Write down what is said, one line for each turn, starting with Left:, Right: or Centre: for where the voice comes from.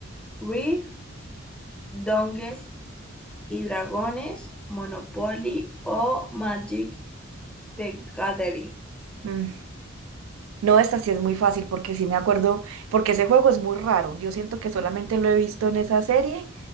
Centre: ¿Risk, Dongues y Dragones, Monopoly o Magic The Gathering.
Right: Mm, No, esta sí es muy fácil porque sí me acuerdo, porque ese juego es muy raro. Yo siento que solamente lo he visto en esa serie